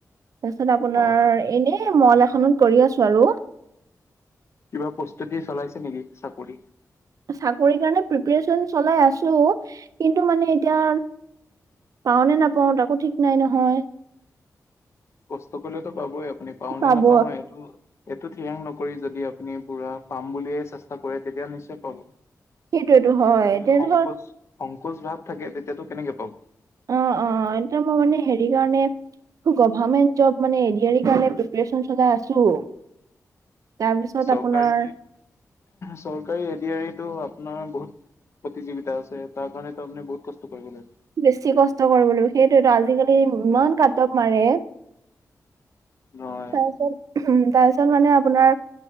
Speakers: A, on the right; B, on the left.
A: তাৰপিছত আপোনাৰ
B: হয়,
A: এনে মল এখনত কৰি আছো আৰু
B: কিবা প্ৰস্তুতি চলাইছে নেকি চাকৰি
A: চাকৰি কাৰণে প্ৰিপৰেচন চলাই আছো কিন্তু মানে এতিয়া পাও নে নাপাও তাকো ঠিক নাই নহয়।
B: কষ্ট কৰিলেতো পাবই আপুনি পাও নে
A: পাব।
B: নাপাও সেইটো। এইটো ঠিৰাং নকৰি যদি আপুনি পুৰা পাম বুলিয়ে চেষ্টা কৰে তেতিয়া নিশ্চয় পাব
A: সেইটোয়েতো হয়
B: গতিকে
A: এতিয়া
B: সংকোচ
A: ধৰ
B: সংকোচ ভাৱ থাকে তেতিয়াতো কেনেকে পাব
A: অ অ এতিয়া মই মানে হেৰি কাৰণে গভাৰমেন্ট জব মানে এ কাৰণে প্ৰিপৰেচন চলাই আছো তাৰপিছত
B: চৰকাৰী
A: আপোনাৰ
B: চৰকাৰী এডি আৰ ই টো আপোনাৰ বহুত প্ৰতিযোগিতা আছে তাৰ কাৰণেতো আপুনি বহুত কষ্ট কৰিব লাগ
A: বেছি কষ্ট কৰিব লাগিব সেইটোয়েতো আজিকালি ইমান কাটব মাৰে
B: নহয়
A: তাৰপিছত উম তাৰপিছত মানে আপোনাৰ